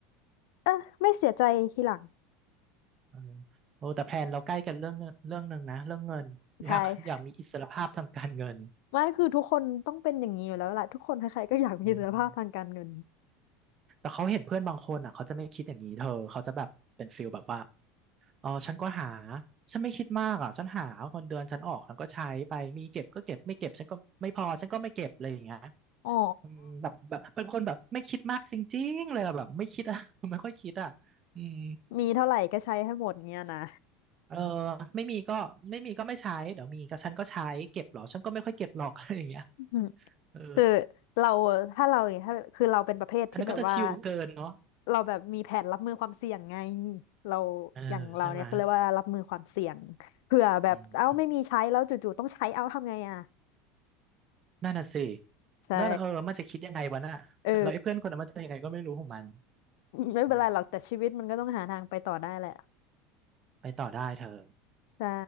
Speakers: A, on the left; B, on the right.
A: เออไม่เสียใจทีหลัง
B: เออโอ้แต่แพลนเราใกล้กันเรื่องเงินเรื่องหนึ่งนะเรื่องเงินอยากอยากมีอิสรภาพทางการเงิน
A: ใช่ไม่คือทุกคนต้องเป็นอย่างนี้อยู่แล้วแหละทุกคนใครๆก็อยากมีเสถียรภาพทางการเงิน
B: อืมแต่เขาเห็นเพื่อนบางคนอ่ะเขาจะไม่คิดอย่างนี้เธอเขาจะแบบเป็นฟิลแบบว่าอ๋อฉันก็หาฉันไม่คิดมากอ่ะฉันหาเงินเดือนฉันออกฉันก็ใช้ไปมีเก็บก็เก็บไม่เก็บฉันก็ไม่พอฉันก็ไม่เก็บอะไรอย่างเงี้ย
A: อ๋อ
B: อืมแบบแบบเป็นคนแบบไม่คิดมากจริงๆเลยอะแบบไม่คิดอะ <laughs> ไม่ค่อยคิดอะอืม
A: มีเท่าไหร่ก็ใช้ให้หมดเงี้ยนะ
B: เออไม่มีก็ไม่มีก็ไม่ใช้เดี๋ยวมีก็ฉันก็ใช้เก็บเหรอฉันก็ไม่ค่อยเก็บหรอก <laughs> อะไรอย่างเงี้ย
A: <laughs> อืม
B: เออ
A: คือเราถ้าเราอย่างเงี้ยถ้าคือเราเป็นประเภทที่แบบว่า
B: อันนั้นก็จะชิลเกินเนาะ
A: เราแบบมีแผนรับมือความเสี่ยงไงเรา
B: เออใช่ไหม
A: อย่างเราเนี่ยคือเรียกว่ารับมือความเสี่ยงเผื่อแบบเอ้าไม่มีใช้แล้วจู่ๆต้องใช้เอ้าทำไงอ่ะ
B: อืมนั่นน่ะสิ
A: ใช่
B: นั่นน่ะเออมันจะคิดยังไงวะน่ะแล้วไอ้เพื่อนคนนั้นมันจะยังไงก็ไม่รู้ของมัน
A: เออ ไม่เป็นไรหรอกแต่ชีวิตมันก็ต้องหาทางไปต่อได้แหละ
B: อืมไปต่อได้เธอ
A: ใช่